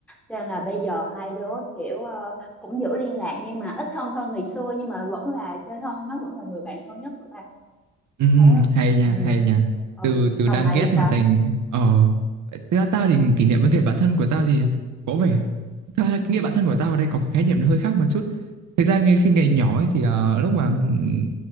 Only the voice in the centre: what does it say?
cho nên là bây giờ hai đứa kiểu ờ, cũng giữ liên lạc nhưng mà ít thân hơn ngày xưa nhưng mà vẫn là chơi thân nó vẫn là người bạn thân nhất của tao
thế rồi
ừ.
ừ.
còn
mày
thì
sao